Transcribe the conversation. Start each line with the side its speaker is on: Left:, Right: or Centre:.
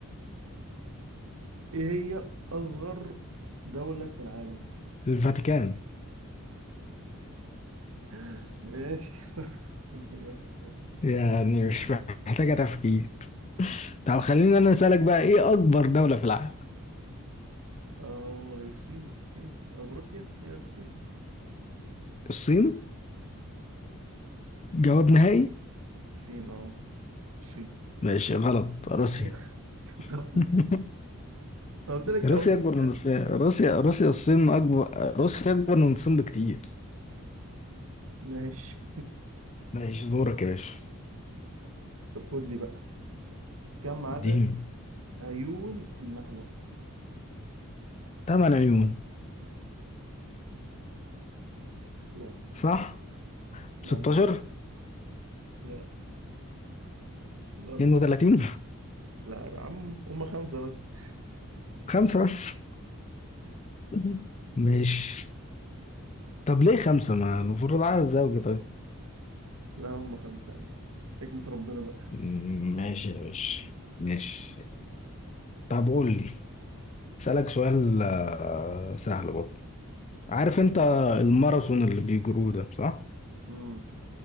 Right: إيه هي أصغر دولة في العالم
Left: الفاتيكان
Right: <laughs> ماشي <laughs>
Left: يعني مش محتاجة تفكير طب خليني أنا أسألك بقى إيه أكبر دولة في العالم
Right: اه الصين الصين او روسيا هي الصين
Left: الصين جواب نهائي
Right: الصين اه الصين
Left: ماشي غلط روسيا
Right: <laughs> طب
Left: <laughs>
Right: أنا قلت لك
Left: روسيا
Right: او روسيا
Left: أكبر من
Right: يعني.
Left: الصين روسيا روسيا الصين أكبر روسيا أكبر من الصين بكتير
Right: ماشي
Left: ماشي دورك يا باشا
Right: طب خد دي بقى كم عدد
Left: اديني
Right: عيون النحلة
Left: 8 عيون
Right: لا
Left: صح
Right: لا
Left: 16
Right: مش صح لا غلط
Left: 32
Right: لا لا هم هم خمسة بس
Left: <laughs> خمسة بس <laughs> ماشي طب ليه خمسة ما المفروض عدد زوجي طيب
Right: لا هم خمسة يعني حكمة ربنا بقى
Left: مم، ماشي يا باشا ماشي طب قول لي اسألك سؤال آه، سهل برضه عارف انت الماراثون اللي بيجروه ده صح؟
Right: امم